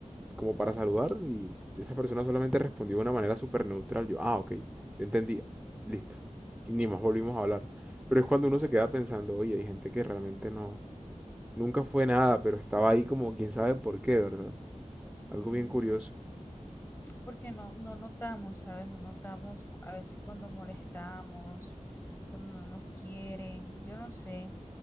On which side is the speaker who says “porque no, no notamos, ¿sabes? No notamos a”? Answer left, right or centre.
Left